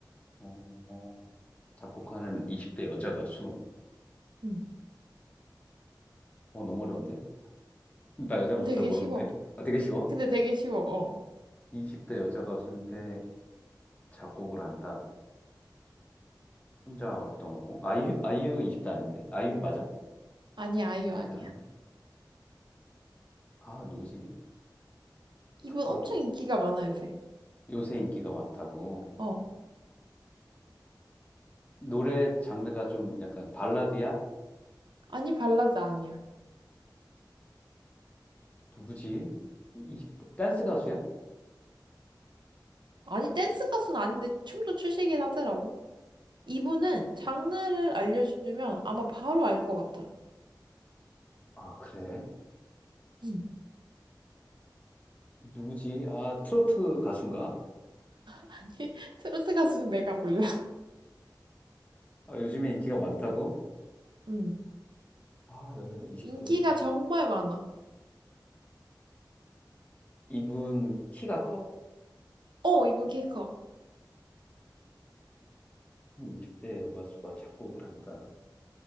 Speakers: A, on the left (about 20°); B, on the right (about 80°).
A: 어, 어, 작곡하는 20대 여자 가수.
B: 응.
A: 어, 너무 어려운데? 나 여자 가수
B: 근데
A: 잘
B: 되게
A: 모르는데?
B: 쉬워.
A: 아, 되게 쉬워?
B: 근데 되게 쉬워, 어.
A: 20대 여자 가수인데 작곡을 한다. 혼자 활동하고. 아이유? 아이유 20대 아닌데? 아이유 맞아?
B: 아니, 아이유
A: 아니,
B: 아니야.
A: 아니야. 아, 누구지?
B: 이분
A: 보통
B: 엄청 인기가 많아, 요새.
A: 요새 인기가 많다고.
B: 어.
A: 노래 장르가 좀 약간 발라드야?
B: 아니, 발라드 아니야.
A: 누구지? 이, 이- 댄스 가수야?
B: 아니, 댄스 가수는 아닌데 춤도 추시긴 하더라고. 이분은 장르를 알려주면 아마 바로 알 것 같아.
A: 아, 그래.
B: 음. <laughs>
A: 누구지? 아, 트로트 가수인가?
B: 아니, 트로트 가수는 내가 몰라.
A: 아, 요즘에 인기가 많다고?
B: 음.
A: 아, 여자 20대
B: 인기가
A: 여자.
B: 정말 많아.
A: 이분 키가 커?
B: 어, 이분 키 커.
A: 큰 20대 여가수가 작곡을 한다.